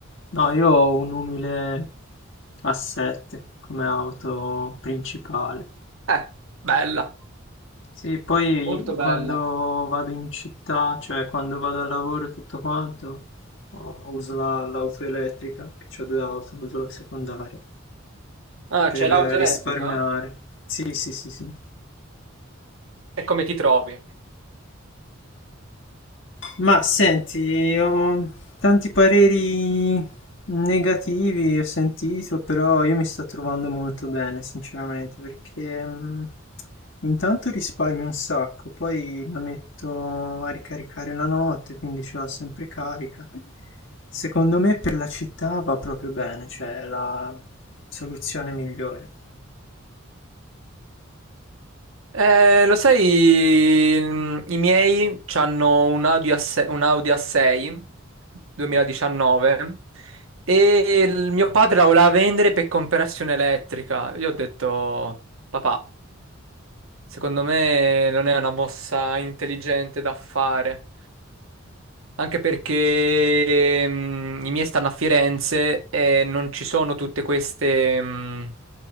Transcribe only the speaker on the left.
No, io ho un umile A7 come auto principale.
Sì, poi
quando
vado in città, cioè quando vado al lavoro e tutto quanto, oh, uso la- l'auto elettrica, che ho due auto, uso la secondaria,
per
eh, risparmiare.
Sì, sì, sì, sì.
Ma senti, ho tanti pareri negativi, ho sentito, però io mi sto trovando molto bene, sinceramente, perché mm, intanto risparmio un sacco, poi la metto a ricaricare la notte, quindi ce l'ho sempre carica. Secondo me per la città va proprio bene, cioè è la soluzione migliore.